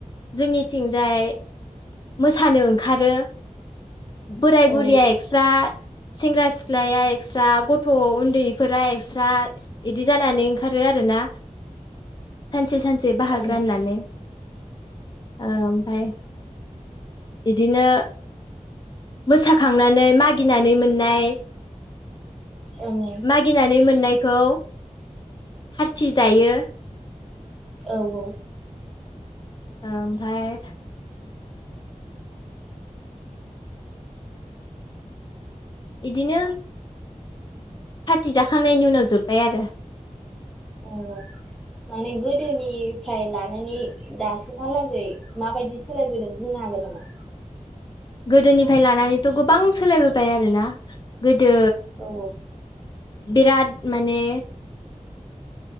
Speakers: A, on the left; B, in the centre.
A: जोंनिथिंजाय मोसानो ओंखारो। बोराय
B: औ
A: बुरिया एक्सट्रा सेंग्रा सिख्लाया एक्सट्रा ग थ उन्दैफोरा एक्स्रा इदि जानानै ओंखारो आरोना सानसे सान से बाहाग
B: ओं
A: राननानै। ओमफाय इदिनो मोसाखांनानै मागिनानै मोननाय
B: ओं
A: मागिनानै मोननाय खौ फार्थि जायो।
B: औ औ।
A: ओमफाय इदिनो फार्टि जाखांनायनि उनाव जोब्बाय आरो।
B: औ माने गोदोनिफ्राय लानानै दासिमहालागै माबायदि सोलायबोदों बुंनो हागोन नामा?
A: गोदोनिफ्राय लानानैथ गोबां सोलायबोबाय आरोना गोदो
B: औ
A: बिराद माने